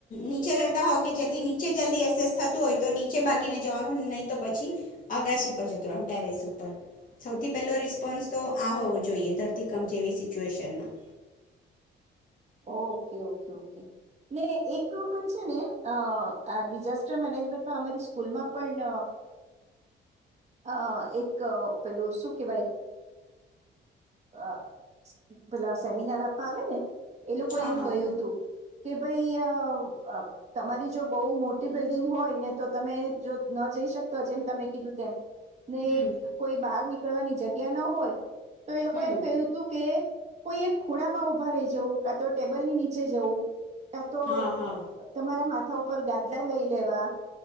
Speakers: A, on the left; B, on the right.
A: નીચે રહેતા હો કે જેથી છે જલ્દી એસેસ થતું હોય તો નીચે ભાગીને જવાનું નહી તો પછી અગાસી પર જતું રેવાનું ટેરેસ ઉપર સૌથી પહેલો રિસ્પોન્સ તો આ હોવો જોઈએ ધરતીકમ જેવી સિચ્યુએશનમાં
B: ઓકે ઓકે ઓકે ને એક વખત છે ને અ આ ડિઝાસ્ટર મેનેજમેન્ટમાં અમારી સ્કૂલમાં પણ અ એક પેલું શું કેવાય અ પેલા સેમિનાર આપવા આવે ને એ લોકો
A: હા
B: એમ
A: હા
B: કહ્યું હતું કે ભાઈ અ તમારી જો બોહ મોટી બિલ્ડિંગ હોય ને તો તમે જો ન જઈ શકતો જેમ તમે કીધું તેમ ને
A: હમ
B: કોઈ બહાર નીક નીકળવાની જગ્યા ન હોય તો એ લોકો
A: હમ
B: એમ કહ્યું હતું કે કોઈ એક ખૂણામાં ઉભા રહી જવું કા તો ટેબલ ની નીચે જવું કા તો
A: હા હા
B: તમારા મા થા ઉપર ગાદલા લઈ લેવા